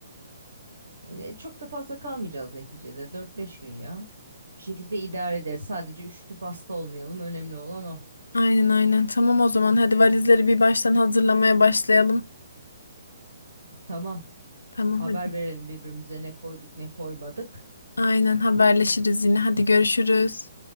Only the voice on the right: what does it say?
Yine çok da fazla kalmayacağız neticede. Dört beş gün ya. Bir şekilde idare ederiz. Sadece üşütüp hasta olmayalım. Önemli olan o.
Tamam.
Haber
verelim birbirimize ne koyduk ne koymadık.